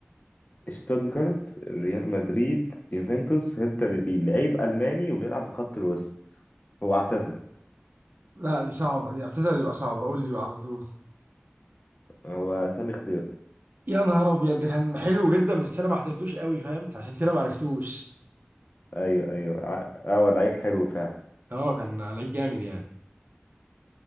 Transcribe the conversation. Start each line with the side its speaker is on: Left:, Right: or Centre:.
Left: شتوتجارت ريال مدريد يوفنتوس هيرتا برلين لعيب ألماني وبيلعب في خط الوسط هو اعتزل
Right: لا دي صعبه دي اعتذر تبقى صعبه قول لي بقى على طول
Left: هو سامي خضير
Right: يا نهار ابيض ده كان حلو جدا بس انا ما حضرتوش قوي فاهم فعشان كده ما عرفتوش
Left: ايوه ايوه ع- آه، هو لعيب حلو فعلا
Right: اه كان لعيب جامد يعني